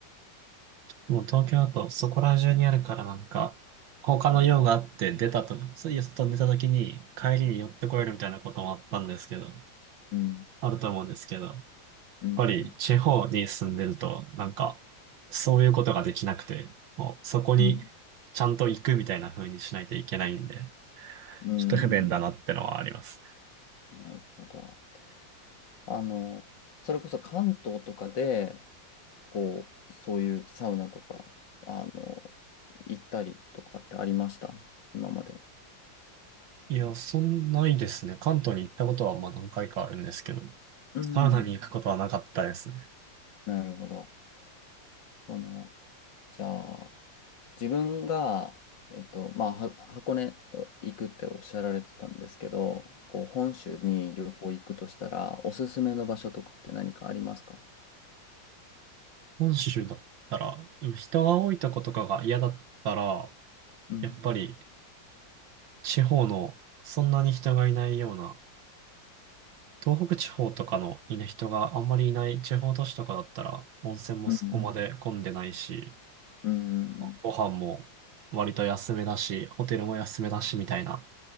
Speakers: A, on the right; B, on the left.
A: もう東京だとそこら中にあるからなんか、他の用があって出たとか、そういう外に出た時に帰りに寄ってこれるみたいなこともあったんですけど、
B: うん、
A: あると思うんですけど、やっ
B: うん、
A: ぱり地方に住んでるとなんか、そういうことができなくて、もうそこに
B: うん、
A: ちゃんと行くみたいな風にしないといけないんで、
B: うん、
A: ちょっと不便だなってのはあります。
B: うんなるほど。あの、それこそ関東とかで、こう、そういうサウナとか、あの、行ったりとかってありました今まで。
A: いや、そんないですね。関東に行ったことはまあ何回かあるんですけど、
B: うん、
A: サウナに行くことはなかったですね。
B: なるほど。その、じゃあ、自分が、えっと、まあ、は箱根行くっておっしゃられてたんですけど、こう、本州に旅行行くとしたら、おすすめの場所とかって何かありますか
A: 本州だったら、人が多いとことかが嫌だったら、
B: うん、
A: やっぱり地方のそんなに人がいないような、東北地方とかのいない人があんまりいない地方都市とかだったら、温泉もそこまで混んでないし、
B: うん、うん、うん。
A: ご飯も割と安めだし、ホテルも安めだしみたいな